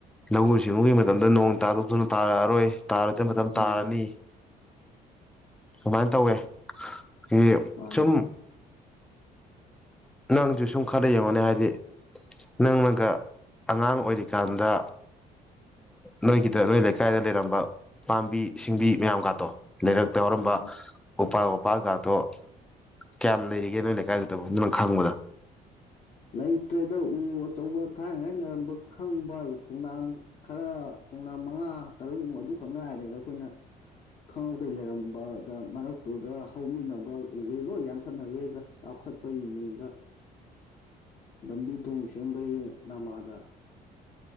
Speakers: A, in the centre; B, on the left.
A: ꯂꯧꯎ ꯁꯤꯡꯎꯒꯤ ꯃꯇꯝꯗ ꯅꯣꯡ ꯇꯥꯗ ꯛꯇꯨꯅ ꯇꯥꯔꯛꯑꯔꯣꯏ ꯇꯥꯔꯗꯤ ꯃꯇꯝ
B: ꯎꯝ
A: ꯇꯥꯔꯅꯤ ꯑꯗꯨꯃꯥꯏꯅ ꯇꯧꯋꯦ ꯑꯩꯗꯤ
B: ꯃꯥꯅꯦ
A: ꯁꯨꯝ ꯅꯪꯁꯨ ꯁꯨꯡꯈꯗ ꯌꯦ ꯃꯅꯦ ꯍꯥꯏꯗꯤ ꯅꯪꯅꯒ ꯑꯉꯥꯡ ꯑꯣꯏꯔꯤꯀꯥꯟꯗ ꯅꯣꯏꯒꯤꯗ ꯅꯣꯏ ꯂꯩꯀꯥꯏꯗ ꯂꯩꯔꯝꯕ ꯄꯥꯝꯕꯤ ꯁꯤꯡꯕꯤ ꯃꯌꯥꯝꯒꯇꯣ ꯂꯩꯔꯛꯇ ꯌꯥꯔꯝꯕ
B: ꯎꯝ
A: ꯎꯄꯥꯜ ꯋꯥꯄꯥꯜꯒꯥꯗꯣ ꯀꯌꯥꯝ ꯂꯩꯔꯤꯒꯦ ꯅꯣꯏ ꯂꯩꯀꯥꯏꯗꯨꯗꯕꯨ ꯑꯗꯨꯅ ꯈꯪꯕꯗ
B: ꯂꯩꯇ꯭ꯔꯦꯗ ꯎ ꯑꯆꯧꯕ ꯊꯥꯏꯅꯉꯥꯏ ꯂꯩꯔꯝꯕ ꯈꯪꯕ ꯍꯥꯏꯕ ꯈꯣꯡꯅꯥꯡ ꯈꯔ ꯈꯣꯡꯅꯥꯡ ꯃꯉꯥ ꯇꯔꯨꯛꯃꯨꯛ ꯑꯗꯨꯈꯛ ꯉꯥꯏꯔꯦꯗ ꯑꯩꯈꯣꯏꯅ ꯈꯪꯍꯧꯗꯩ ꯂꯩꯔꯝꯕꯗ ꯃꯔꯛꯇꯨꯗ ꯍꯧꯃꯤꯟꯅꯕ ꯎꯒ꯭ꯔꯦ ꯂꯣꯏ ꯌꯥꯟꯊꯠꯅꯈ꯭ꯔꯦꯗ ꯆꯥꯎꯈꯠ ꯆꯠꯄꯒꯤ ꯃꯤꯡꯗ ꯂꯝꯕꯤ ꯊꯣꯡ ꯁꯦꯝꯕꯒꯤ ꯅꯃꯥꯗ